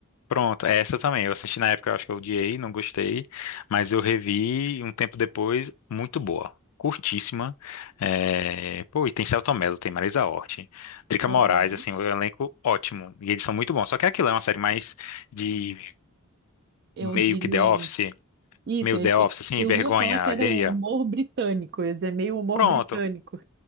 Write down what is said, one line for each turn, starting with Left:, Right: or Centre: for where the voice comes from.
Left: Pronto, é essa também. Eu assisti na época, eu acho que eu odiei, não gostei, mas eu revi um tempo depois, muito boa. Curtíssima. É, Pô, e tem Selton Mello, tem Marisa Hort, Drica
Right: Aham.
Left: Moraes, assim, o elenco ótimo. E eles são muito bons. Só que é aquilo é uma série mais de
Right: Eu
Left: meio
Right: diria
Left: que The Office,
Right: isso,
Left: meio
Right: eu,
Left: The Office, assim,
Right: eu
Left: vergonha
Right: ia falar que
Left: alheia.
Right: era um humor britânico, ia dizer meio humor
Left: Pronto.
Right: britânico.